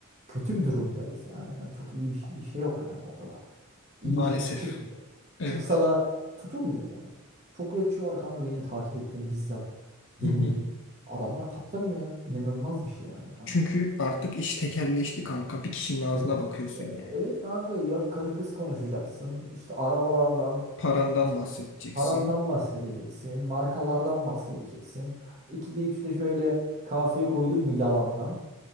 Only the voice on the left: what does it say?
Maalesef.
Evet.
Hı hı.
Çünkü artık iş tekelleşti kanka. Bir kişinin ağzına
bakıyorsun
yani.
Parandan
bahsedeceksin.